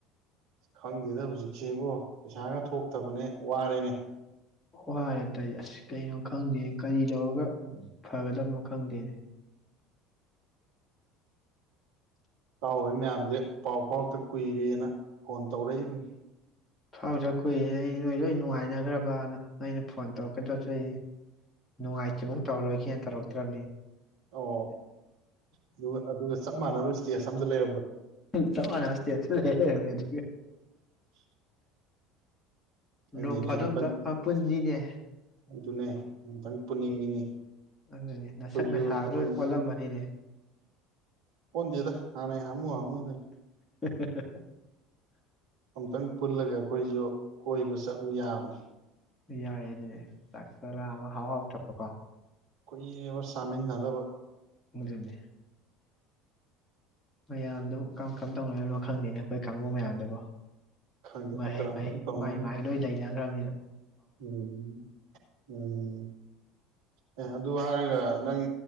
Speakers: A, on the right; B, on the left.
A: ꯈꯪꯗꯦꯗ ꯍꯧꯖꯤꯛꯁꯤꯕꯣ ꯄꯩꯁꯥꯒ ꯊꯣꯛꯇꯕꯅꯦ ꯋꯥꯔꯦꯅꯦ
B: ꯋꯥꯔꯦ ꯇꯥꯏ ꯑꯁ ꯀꯩꯅꯣ ꯈꯪꯗꯦ ꯀꯔꯤ ꯇꯧꯔꯒ ꯐꯒꯗꯕꯅꯣ ꯈꯪꯗꯦꯅꯦ
A: ꯄꯥꯎ ꯍꯣꯏ ꯃꯌꯥꯝꯁꯦ ꯄꯥꯎ ꯐꯥꯎꯗ ꯀꯨꯏꯔꯦꯅ ꯐꯣꯟ ꯇꯧꯔꯛꯏꯕꯅꯤ
B: ꯐꯥꯎꯗ ꯀꯨꯏꯔꯅꯦ ꯑꯩ ꯅꯣꯏ ꯂꯣꯏ ꯅꯨꯡꯉꯥꯏꯅꯈ꯭ꯔꯕꯅ ꯑꯩꯅ ꯐꯣꯟ ꯇꯧꯔꯛꯀꯗꯧꯖ ꯑꯩ ꯅꯨꯡꯉꯥꯏꯇ꯭ꯐꯧ ꯇꯧꯔꯣꯏꯒꯦꯅ ꯇꯧꯔꯛꯇ꯭ꯔꯕꯅꯤ
A: ꯑꯣ ꯑꯗꯨꯒ ꯑꯗꯨꯒ ꯆꯞ ꯃꯥꯟꯅꯕ ꯏꯁꯇꯦꯖ ꯆꯝ ꯂꯩ
B: ꯊꯃ ꯅꯅꯥꯁꯤꯦ ꯑꯗꯨꯠ <inaudible>
A: <inaudible> ꯈꯪꯗꯦꯅꯦ
B: ꯅꯣꯡ ꯐꯥꯗꯝꯇ
A: ꯑꯝꯇꯪ
B: ꯄꯨꯟꯁꯤꯅꯦ
A: ꯑꯗꯨꯅꯦ ꯑꯝꯇꯪ ꯄꯨꯅꯤꯡꯉꯤꯅꯤ
B: ꯑꯗꯨꯅꯦ
A: ꯑꯩꯈꯣꯏꯁꯨ
B: ꯅꯁꯛ ꯅꯁꯥ
A: ꯑꯩꯈꯣꯏ
B: ꯂꯣꯏ ꯑꯣꯜꯂꯝꯃꯅꯤꯅꯦ
A: ꯑꯣꯟꯗꯦꯗ ꯍꯥꯟꯅꯦ ꯍꯥꯃꯨ ꯍꯥꯃꯨꯗꯨꯅꯤ
B: <unintelligible>
A: ꯑꯝꯇꯪ ꯄꯨꯜꯂꯒ ꯑꯩꯈꯣꯏꯁꯨ ꯀꯣꯏꯕ ꯆꯠꯂꯨ ꯌꯥꯕꯅꯤ
B: ꯌꯥꯏ ꯑꯗꯨꯅꯦ ꯆꯥꯛ ꯆꯔꯥ ꯑꯃ ꯍꯥꯎ ꯍꯥꯎꯊꯄꯀꯣ
A: ꯈꯨꯏꯅꯦꯕ ꯆꯥꯃꯤꯟꯅꯗꯕ
B: ꯑꯗꯨꯅꯦ ꯃꯌꯥꯝꯗꯨ ꯀꯔꯝ ꯀꯔꯝ ꯇꯧꯅꯔꯤꯅꯣ ꯈꯪꯗꯦꯅꯦ ꯑꯩꯈꯣꯏ ꯀꯥꯡꯕꯨ ꯃꯌꯥꯝꯗꯨꯕꯨꯣ
A: ꯈꯪꯗꯦ
B: ꯃꯍꯩ
A: ꯀꯔꯝ
B: ꯃꯍꯩ
A: ꯀꯔꯝ ꯇꯧꯅꯔꯤꯅꯣ
B: ꯃꯍꯥꯏ ꯃꯍꯥꯏ ꯂꯣꯏꯗꯩꯅ <unintelligible>
A: ꯎꯝ ꯎꯝ ꯎ ꯑꯦ ꯑꯗꯨ ꯍꯥꯏꯔꯒ ꯅꯪ